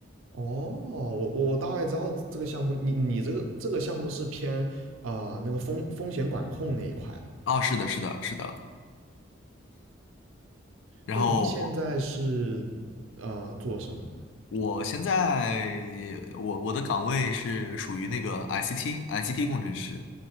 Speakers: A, on the right (about 80°); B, on the left (about 65°).
A: 哦，我我大概知道这个项目，你你这个这个项目是偏啊、那个风风险管控那一块的。
B: 啊，是的，是的，是的。然后
A: 那你现在是呃做什么的？
B: 我现在我我的岗位是属于那个 ICT ICT 工程师，